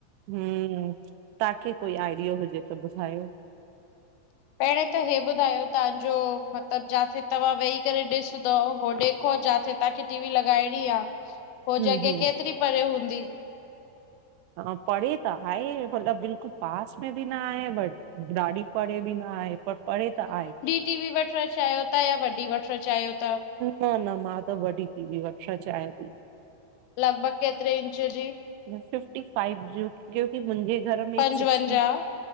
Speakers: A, on the right (about 80°); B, on the left (about 85°).
A: हम तव्हांखे कोई आइडियो हुजे त ॿुधायो!
B: पहिरं त हे ॿुधायो तहांजो मतलबु जाते तव्हां वेही करे ॾिसंदव उह ॾेखो जाते तहांखे टी वी लॻाइणी आ, उआ
A: हम्म
B: जॻहि
A: हम्म
B: केतिरी परे हूंदी?
A: हा परे त आए मतलब बिल्कुलु पास में बि न आए बट ॾाढी परे बि न आहे पर परे त आहे।
B: नंन्ढी वठणु चाहियो था या वॾी वठणु चाहियो था?
A: न न मां त वॾी टी वी वठणु चायां थी।
B: लॻभॻि केतरी इंच जी।
A: फिफ्टी फाइव जो, क्योकी मुंजे घर में
B: पंजवंजाह
A: हिक सिक्सटी